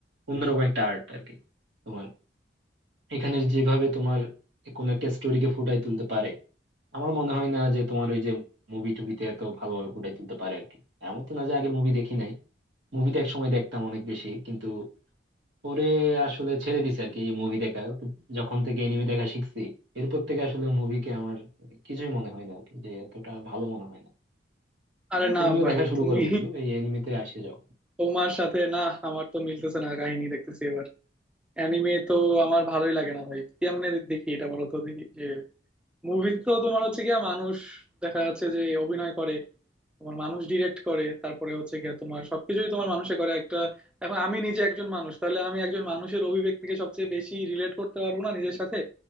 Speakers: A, on the right; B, in the centre.
A: অন্যরকম একটা আর্ট আর কি তোমার এখানের যেভাবে তোমার কোন একটা স্টোরিকে ফুটাই তুলতে পারে আমার মনে হয় না যে তোমার ওই যে মুভি টুবিতে এত ভালোভাবে ফুটাই তুলতে পারে আর কি এমন তো না যে আগে মুভি দেখি নাই মুভিতে এক সময় দেখতাম অনেক বেশি কিন্তু পরে আসলে ছেড়ে দিছি আর কি এই মুভি দেখা যখন থেকে এনিমে দেখা শিখছি এরপর থেকে আসলে মুভিকে আমার কিছুই মনে হয় না আর কি যে এতটা ভালো মনে হয় না
B: আরে
A: এই
B: না
A: তুমিও
B: ভাই
A: দেখা শুরু
B: তুমি
A: করো বন্ধু এই এনিমেতে আসে যাও
B: তোমার সাথে না আমার তো মিলতেছে না কাহিনী দেখতেছি এবার অ্যানিমে তো আমার ভালোই লাগে না ভাই কেমনে দেখি এটা বলো তো দেখি যে মুভিজ তো তোমার হচ্ছে গিয়া মানুষ দেখা যাচ্ছে যে অভিনয় করে তোমার মানুষ ডিরেক্ট করে তারপরে হচ্ছে গিয়ে তোমার সবকিছুই তোমার মানুষে করে একটা এখন আমি নিজে একজন মানুষ তাহলে আমি একজন মানুষের অভিব্যক্তিকে সবচেয়ে বেশি রিলেট করতে পারবো না নিজের সাথে